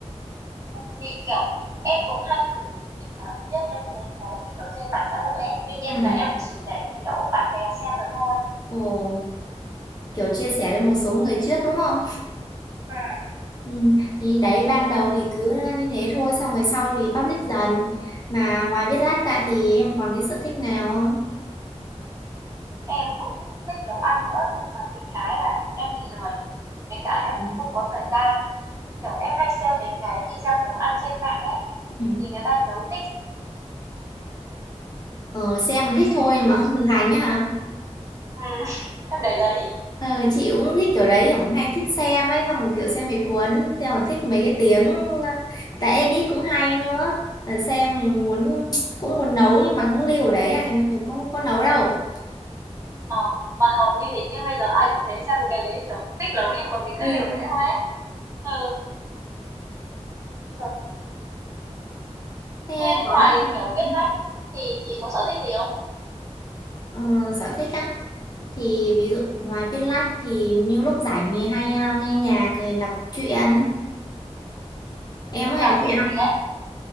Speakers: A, on the right; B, on the left.
A: Ừ, thì kiểu em cũng hay thử thỉnh thoảng viết lên mấy cái như kiểu trên mạng xã hội ấy tuy nhiên
B: Ừ.
A: là em chỉ để kiểu bạn bè xem được thôi
B: Ồ, kiểu chia sẻ cho một số người trước đúng không?
A: Ừ.
B: Ừ. Thì đấy, ban đầu thì cứ như thế thôi, xong rồi sau thì public dần. Mà ngoài viết lách ra thì em còn cái sở thích nào không?
A: em cũng thích nấu ăn nữa nhưng mà bị cái là em bị lười với cả em
B: Ừ.
A: cũng không có thời gian kiểu em hay xem mấy cái video nấu ăn trên mạng ấy
B: Ừ.
A: nhìn người ta nấu thích
B: Ờ, xem thích thôi mà không thực hành á hả?
A: ừ. <laughs> em để đấy
B: Ờ, chị cũng thích kiểu đấy cũng hay thích xem ấy xong rồi kiểu xem bị cuốn xem còn thích mấy cái tiếng người ta edit cũng hay nữa Ờ, xem thì muốn cũng muốn nấu nhưng mà cũng lưu ở đấy à nhưng mà cũng có nấu đâu
A: ờ mà hầu như hình như bây giờ ai cũng thế xem mấy cái đấy kiểu thích nấu nhưng mà mình cứ
B: Ừ.
A: liều đấy thôi ấy ừ kiểu-
B: thế
A: thế
B: có
A: ngoài kiểu viết
B: ừ,
A: lách thì chị có sở thích gì không
B: ờ, sở thích á thì ví dụ ngoài viết lách thì những lúc rảnh thì hay à, nghe nhạc rồi đọc truyện em có
A: chị
B: hay
A: đọc
B: đọc truyện
A: truyện
B: không
A: gì đấy